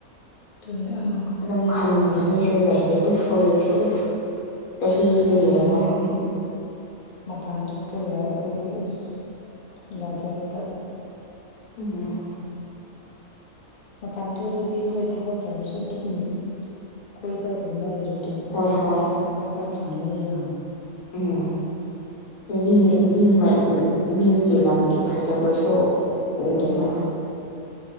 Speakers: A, on the left; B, on the left.
A: ꯑꯗꯨꯅꯦ ꯑꯥ
B: ꯑꯗꯨꯝ ꯍꯟꯅꯤꯡꯈꯨꯔꯅꯤ ꯁꯤꯗ ꯂꯩꯔꯗꯤ ꯎꯐ ꯍꯧꯖꯤꯛꯁ ꯎꯐ ꯆꯍꯤꯗꯣ
A: ꯃꯄꯥꯟ
B: ꯌꯦꯡꯉꯣ
A: ꯅꯣꯏꯗꯤ ꯃꯄꯥꯟ ꯊꯣꯛꯄ ꯌꯥꯏ ꯑꯩꯈꯣꯏꯗꯤ ꯑꯁ ꯌꯥꯗꯦ ꯑꯝꯇ
B: ꯎꯝ
A: ꯃꯄꯥꯟ ꯊꯣꯛꯂꯗꯤ ꯍꯣꯏ ꯊꯕꯛ ꯇꯧꯔꯁꯨ ꯑꯗꯨꯝ ꯀꯣꯏꯕꯒꯨꯝꯕ ꯑꯦꯟꯖꯣ ꯑꯇꯞꯄꯒꯨꯝꯕꯗꯤ
B: ꯍꯣꯏ ꯍꯣꯏ
A: ꯈꯔ ꯈꯔ ꯐꯪꯒꯅꯤꯅ
B: ꯎꯝ ꯑꯩ
A: ꯁꯤꯗ
B: ꯃꯤ ꯃꯤꯒꯤ ꯂꯝꯒꯤ ꯐꯖꯕꯁꯨ ꯎꯋꯦꯅ
A: ꯑꯗꯨꯅꯤ